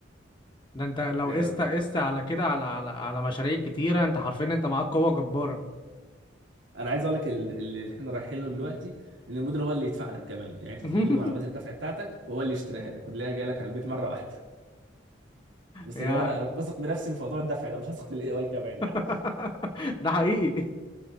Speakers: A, on the left; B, on the right.
A: ده انت لو
B: آه،
A: قست قست على كده على على على مشاريع كتيرة انت حرفيا انت معاك قوة جبارة
B: انا عايز اقول لك ال- اللي احنا رايحين له دلوقتي ان المدير هو اللي يدفع لك كمان يعني انت
A: <laughs>
B: تدي له معلومات الدفع بتاعتك وهو اللي يشتريها لك واللي هي جايه لك على البيت مره واحده بس
A: يا
B: اللي هو انا انا مش بثق بنفسي في موضوع الدفع ده مش هثق في الاي اي كمان
A: <laughs>
B: يعني
A: ده حقيقي